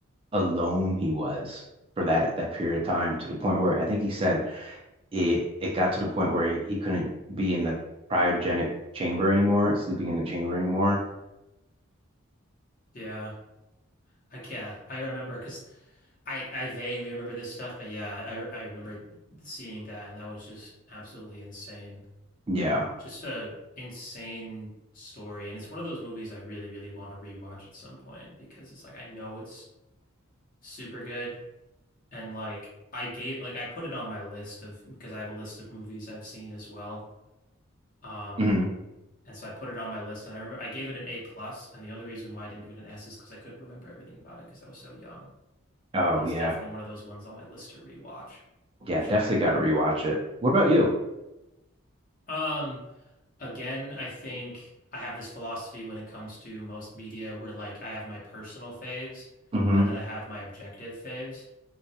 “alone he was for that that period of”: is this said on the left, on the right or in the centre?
Right